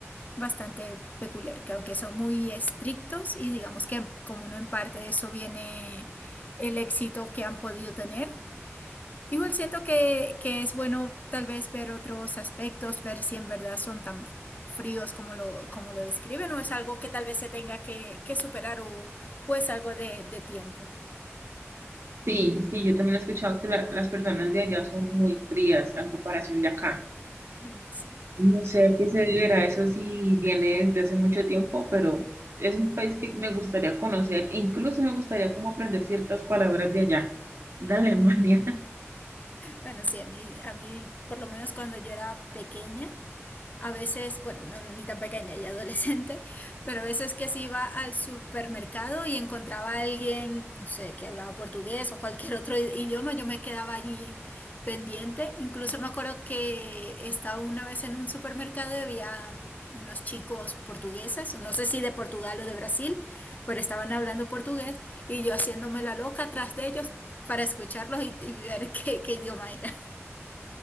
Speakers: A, on the left; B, on the right.
A: bastante peculiar, que aunque son muy estrictos y digamos que como no en parte de eso viene el éxito que han podido tener, igual siento que, que es bueno tal vez ver otros aspectos, ver si en verdad son tan fríos como lo, como lo describen o es algo que tal vez se tenga que, que superar o, o es algo de, de tiempo. <laughs>
B: Sí, sí, yo también he escuchado que la- las personas de allá son muy frías en comparación de acá.
A: Mm, Sí,
B: No sé a qué se deberá, eso sí viene desde hace mucho tiempo, pero es un país que me gustaría conocer, e incluso me gustaría como aprender ciertas palabras de allá, de Alemania. <laughs>
A: bueno, sí, a mí, a mí, por lo menos cuando yo era pequeña, A veces, bueno, no- ni tan pequeña y adolescente, <laughs> pero a veces que sí iba al supermercado y encontraba a alguien, no sé, que hablaba portugués o cualquier <laughs> otro i- idioma, yo me quedaba allí pendiente. Incluso me acuerdo que estaba una vez en un supermercado y había mm, unos chicos portugueses, no sé si de Portugal o de Brasil, pero estaban hablando portugués y yo haciéndome la loca atrás de ellos para escucharlos y, y ver <laughs> qué, qué idioma era.